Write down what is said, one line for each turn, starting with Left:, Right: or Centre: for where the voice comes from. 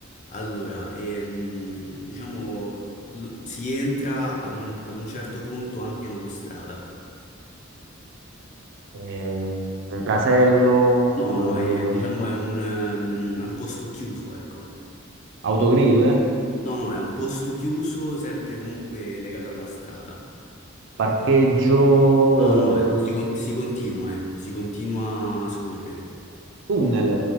Left: Allora, ehm, diciamo, l- si entra ad un, ad un certo punto anche in autostrada.
Right: eh, eh, casello,
Left: No, no,
Right: eh,
Left: è- diciamo è un, ehm, è un posto chiuso, ecco.
Right: autogrill,
Left: No, no, è un posto chiuso, sempre comunque legato alla strada.
Right: parcheggio,
Left: No,
Right: eh,
Left: no, eh, si, con- si continua, ecco, si continua a scorrere.
Right: tunnel,